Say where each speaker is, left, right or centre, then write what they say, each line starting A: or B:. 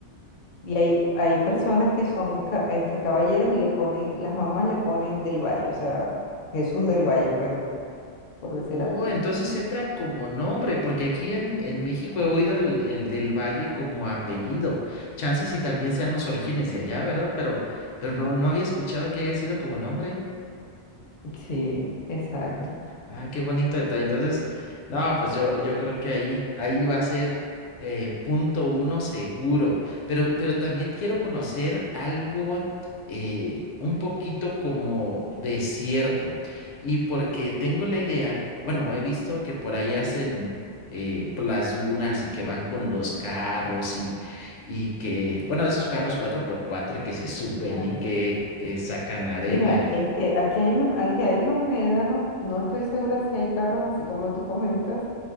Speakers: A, on the left; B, on the left.
A: Y hay, hay personas que son ca- este, caballeros y le ponen, las mamás le ponen del Valle, o sea, Jesús del Valle, por ejemplo, por decir
B: Oh,
A: algo.
B: entonces entra como nombre, porque aquí en, en México he oído el, el del Valle como apellido. Chances y también sean los orígenes de allá, ¿verdad? Pero, pero no, no había escuchado que haya sido como nombre.
A: Sí, exacto.
B: Ah, ah, qué bonito detalle. Entonces, no, pues yo, yo creo que ahí, ahí va a ser eh, punto uno seguro. Pero, pero también quiero conocer algo eh, un poquito como desierto. Y porque tengo la idea, bueno, he visto que por ahí hacen eh, por las dunas y que van con los carros y, y que, bueno, esos carros cuatro por cuatro y que se suben
A: Claro.
B: y que, eh, sacan arena
A: Mira,
B: y.
A: este, aquí hay un, aquí hay unos médanos, no estoy segura si hay carros así como tú comentas,